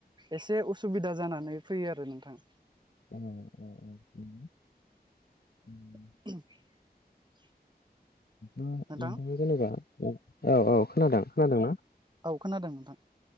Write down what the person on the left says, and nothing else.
औ औ औ।
नोंथाङा
जेनेबा औ औ खोनादों खोनादों ना?